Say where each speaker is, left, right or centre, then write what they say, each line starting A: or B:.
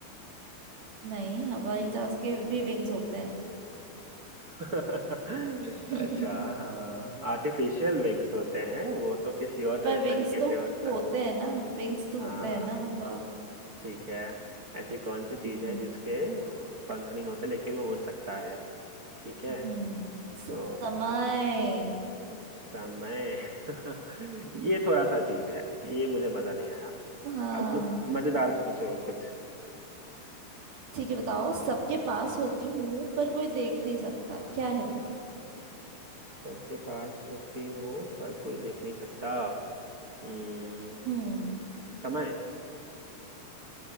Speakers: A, on the right; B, on the right.
A: नहीं हवाई जहाज के भी विंग्स होते हैं
B: <laughs>
A: <laughs>
B: अच्छा हाँ आर्टिफिशियल विंग्स होते हैं वो तो किसी और
A: पर विंग्स
B: तरीके
A: तो
B: से होता
A: होते
B: है
A: हैं ना विंग्स तो
B: हाँ
A: होते हैं ना बाबा
B: ठीक है ऐसी कौन सी चीज
A: हम्म
B: है जिसके पंख नहीं होते लेकिन वो उड़ सकता है ठीक है
A: हम्म
B: तो
A: समय
B: समय <laughs> ये थोड़ा सा अजीब है ये मुझे मजा नहीं आया
A: हाँ
B: अब कुछ मजेदार पूछो कुछ
A: ठीक है बताओ सबके पास होती हूँ पर कोई देख नहीं सकता क्या है वो
B: सबके पास होती हूँ पर कोई देख नहीं सकता हम्म
A: हम्म
B: समय